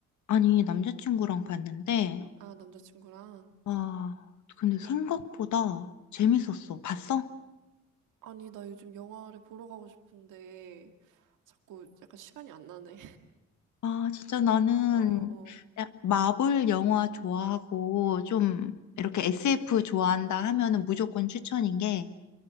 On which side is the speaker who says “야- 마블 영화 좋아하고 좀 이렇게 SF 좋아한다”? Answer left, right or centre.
Left